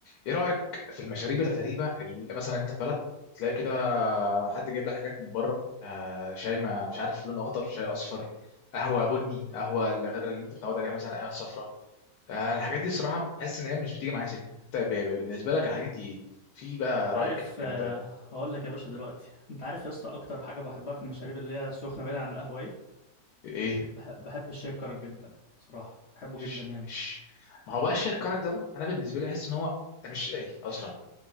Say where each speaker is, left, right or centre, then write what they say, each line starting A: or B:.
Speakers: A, on the left (about 85°); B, on the left (about 65°).
A: ايه رايك في المشاريب الغريبه اللي مثلا انت في بلد تلاقي كده حد جايب لك حاجات من بره آه شاي ما مش عارف لونه اخضر شاي اصفر قهوه بني قهوه اللي غير اللي انت متعود عليها مثلا قهوه صفراء آه الحاجات دي الصراحه بحس ان هي مش بتيجي معايا سكه انت ب- ب- بالنسبه لك الحاجات دي إيه؟ في بقى
B: عارف
A: رايك في الكلام
B: آه،
A: ده
B: هقول لك يا باشا دلوقتي انت عارف يا اسطى اكتر حاجه بحبها في المشاريب اللي هي السخنه بعيد عن القهوه ايه
A: ايه
B: بحب, بحب الشاي الكرك جدا صراحه بحبه
A: ش
B: جدا يعني
A: ش ما هو بقى الشاي الكرك دوت انا بالنسبه لي بحس ان هو ده مش شاي اصلا